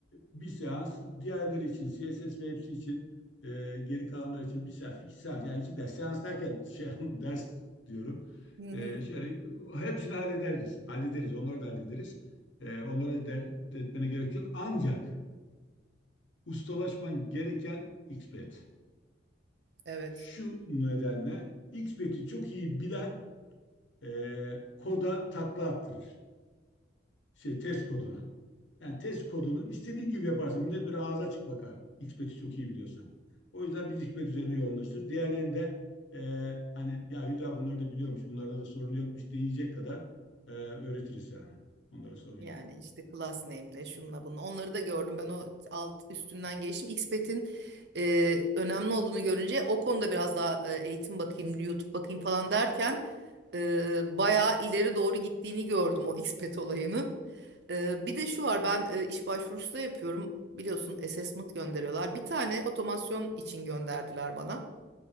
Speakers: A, on the left (about 75°); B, on the right (about 60°).
A: bir seans, diğerleri için CSS ve hepsi için e, geri kalanlar için bir seans, iki seans. Yani iki ders. Seans derken şey <laughs> ders diyorum.
B: Hı hı.
A: Ee, şöyle hepsini hallederiz. Hallederiz. Onları da hallederiz. Ee, onları da de, etmene gerek yok. Ancak ustalaşman gereken XPET.
B: Evet
A: Şu nedenle XPET'i çok iyi bilen e, koda takla attırır. Şey, test koduna. Yani test kodunu istediğin gibi yaparsın. Millet böyle ağza açık bakar. XPET'i çok iyi biliyorsan. O yüzden biz XPET üzerine yoğunlaşırız. Diğerlerini de e, hani ya Hülya bunları da biliyormuş, bunlarda da sorun yokmuş diyecek kadar e, öğretiriz yani. Onlara sorun
B: yani
A: yok.
B: işte class name'le şunla bunu onları da gördüm ben o alt üstünden geçtim Xpet'in e, önemli olduğunu görünce o konuda biraz daha e, eğitim bakayım YouTube bakayım falan derken e, bayağı ileri doğru gittiğini gördüm o Xpet olayının. E, bir de şu var ben e, iş başvurusu da yapıyorum biliyorsun assessment gönderiyorlar bir tane otomasyon için gönderdiler bana.